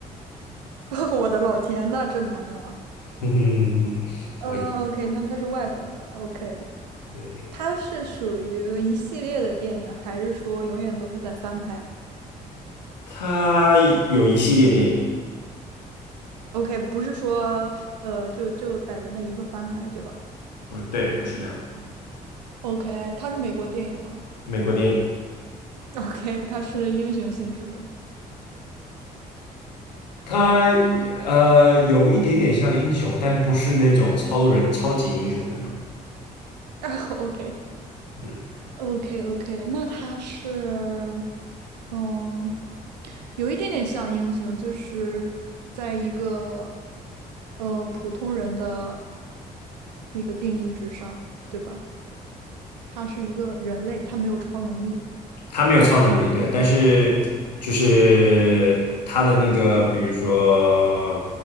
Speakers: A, on the right (about 80°); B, on the left (about 85°).
A: <laughs> 我的老天，那这难了。
B: 嗯嗯嗯我会
A: 呃，OK，那它是外国的。OK，
B: 对，
A: 它是属于一系列的电影，还是说永远都是在翻拍
B: 它有一系列电影，
A: ？OK，不是说呃就就逮着那一个翻拍，对吧
B: 不对，不是这样的，
A: ？OK，它是美国电影吗
B: 美国电影。
A: <laughs>？OK，它是英雄性质的吗
B: 它呃有一点点像英雄，但不是那种超人、超级英雄那种。
A: <laughs>？OK。
B: 嗯。
A: OK OK，那他是，嗯，有一点点像英雄，就是在一个嗯普通人的那个定义之上，对吧？他是一个人类，他没有超能力。
B: 他没有超能力，对，但是就是他的那个，比如说，